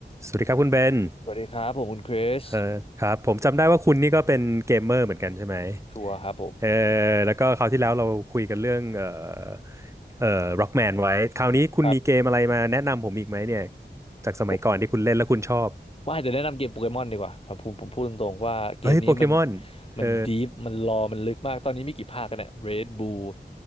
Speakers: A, on the right; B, on the left.
A: สวัสดีครับคุณเบน
B: สวัสดีครับผมคุณคริส
A: เออครับผมจำได้ว่าคุณนี่ก็เป็นเกมเมอร์เหมือนกันใช่ไหม
B: ชัวร์ครับผม
A: เออแล้วก็คราวที่แล้วเราคุยกันเรื่องเออเออ Rockman ไว้คราวนี้คุณมีเกมอะไรมาแนะนำผมอีกไหมเนี่ย
B: ครับ
A: จากสมัยก่อนที่คุณเล่นแล้วคุณชอบ
B: ผม <laughs> ว่าจะแนะนำเกมโปเกมอนดีกว่าครับผมผมพูดตรงๆว่าเกมนี้มัน
A: เฮ้ยโปเกมอนเออ
B: มันดีฟมันรอมันลึกมากตอนนี้มีกี่ภาคกันเนี่ย Red Blue